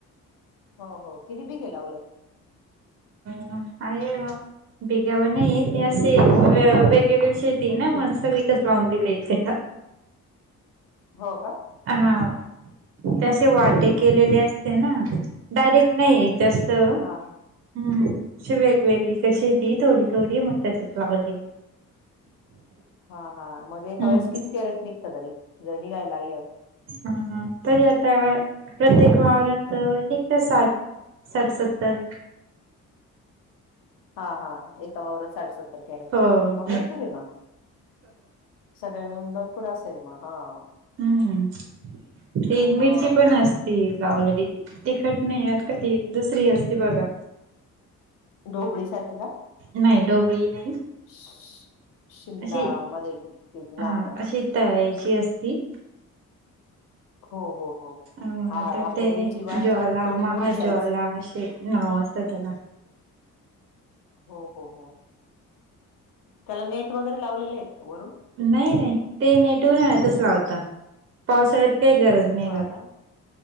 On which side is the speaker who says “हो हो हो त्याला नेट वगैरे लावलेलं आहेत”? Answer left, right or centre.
Left